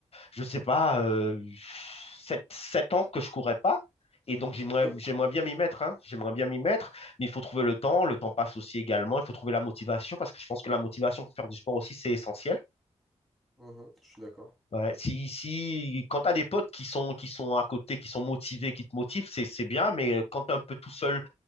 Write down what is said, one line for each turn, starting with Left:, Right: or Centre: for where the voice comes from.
Left: je sais pas, euh, 7 7 ans que je courais pas. Et donc, j'aimerais,
Centre: Ah oui.
Left: j'aimerais bien m'y mettre, hein. J'aimerais bien m'y mettre. Mais il faut trouver le temps. Le temps passe aussi également. Il faut trouver la motivation parce que je pense que la motivation pour faire du sport aussi, c'est essentiel.
Centre: Mhm, je suis d'accord.
Left: Ouais. Si, si, quand t'as des potes qui sont, qui sont à côté, qui sont motivés, qui te motivent, c'est, c'est bien. Mais euh, quand t'es un peu tout seul,